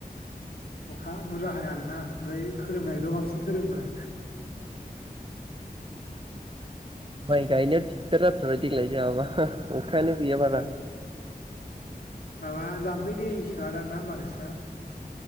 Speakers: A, on the left; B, on the right.
A: अखा बुरजा हाया आरोना ओमफ्राय खोरोमनायल' बांसिन खोरोमो।
B: <inaudible> माय गायनो दिगदार जाथारबाय देग्लाय जाहाबा अखायानो गैयाबा
A: औ
B: दा
A: माबा जाम्फै दै सोआदां ना होनबा नोंसा